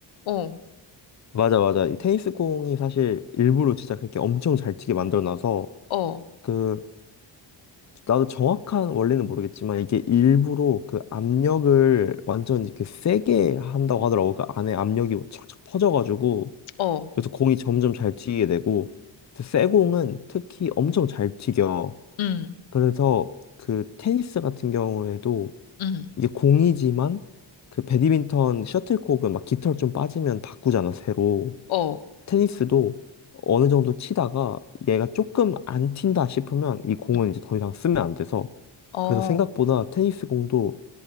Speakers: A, on the left (about 85°); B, on the left (about 35°).
A: 어,
B: <laughs> 맞아 맞아 이 테니스 공이 사실 일부러 진짜 그렇게 엄청 잘 튀게 만들어 놔서
A: 어,
B: 그 나도 정확한 원리는 모르겠지만 이게 일부러 그 압력을 완전 이렇게 세게 한다고 하더라고. 그 안에 압력이 착착 퍼져가지고
A: 어,
B: 그래서 공이 점점 잘 튀게 되고 그래서 세 공은 특히 엄청 잘 튀겨.
A: 음,
B: 그래서 그 테니스 같은 경우에도
A: 음,
B: 이게 공이지만 그 배드민턴 셔틀콕은 막 깃털 좀 빠지면 바꾸잖아 새로.
A: 어,
B: 테니스도 어느 정도 치다가 얘가 조금 안 튄다 싶으면 이 공은
A: 음,
B: 이제 더 이상 쓰면 안 돼서
A: 어.
B: 그래서 생각보다 테니스 공도